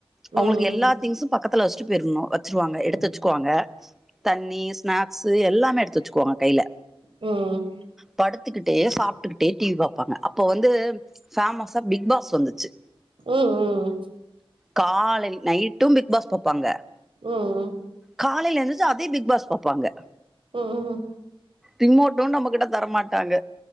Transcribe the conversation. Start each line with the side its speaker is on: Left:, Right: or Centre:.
Centre: அவங்களுக்கு
Right: ம்
Centre: எல்லா
Right: ம்
Centre: திங்க்ஸும் பக்கத் பக்கத்துல வெச்சுட்டு போயிருனு அக் வெச்சுருவாங்க எடுத்து
Right: ம்
Centre: வெச்சுக்குவாங்க தண்ணி ஸ்நேக்ஸ் து எல்லாமே எடுத்து வெச் க்குவாங்க கைல
Right: ம்
Centre: படுத்துக்கிட் அப்டியே சாப்டுக்கிட்டே டிவி பாப்பாங்க அப்போ வந்து ஃபேமோஸ் தா பிக் பாஸ் வந்துச்சு
Right: ம் ம் ம்
Centre: காலைல் நைட்டும் பிக் பாஸ் பாப்பாங்க
Right: உம்
Centre: காலையில எழுந்திருச்சி அதே பிக் பாஸ் பாப்பாங்க
Right: ஹம் உம்
Centre: ரிமோட்டும் நம்மகிட்ட தரமாட்டாங்க